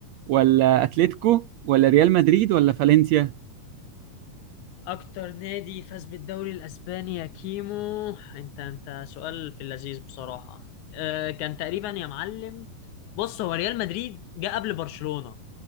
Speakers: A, on the right; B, on the left.
A: ولا اتلتيكو ولا ريال مدريد ولا فالنسيا
B: اكتر نادي فاز بالدوري الاسباني يا كيمو انت انت سؤال في اللذيذ بصراحة أه كان تقريبا يا معلم بص هو ريال مدريد جه قبل برشلونة